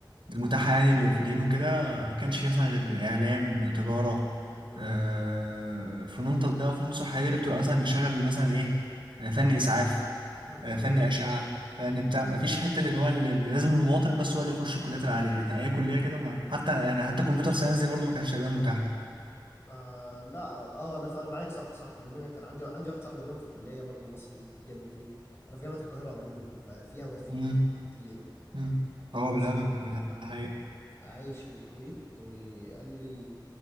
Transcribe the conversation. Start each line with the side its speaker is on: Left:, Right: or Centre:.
Right: المتاحة يعني للوافدين وكده ما كانش فيها مثلا غير إعلام تجارة
Left: ايوه
Right: آه،
Left: ايوه
Right: فنون تطبيق وفنون صحية دي اللي بتبقى مثلا بيشغل مثلا إيه آه، فن إسعاف
Left: <clears throat>
Right: آه، فن
Left: ايوه
Right: أشعة
Left: ايوه
Right: فن بتاع ما فيش حتة اللي هو اللي لازم المواطن بس هو اللي يخش الكليات العالية لكن أي كلية كده ما حتى يعني حتى كمبيوتر ساينس دي برضه ما كانتش تقريبا متاحة
Left: آه لا اه انا انا معاك صح صح لان انا كان عندي عندي واحد صاحبي عموما في الكليه برضه مصري جاي من الكويت انا في جامعه القاهره عموما ففيها وافدين
Right: مم،
Left: كتير
Right: مم.
Left: كان
Right: اه
Left: مصري
Right: بالهبل بالهبل الحقيقة
Left: عايش في الكويت وقال لي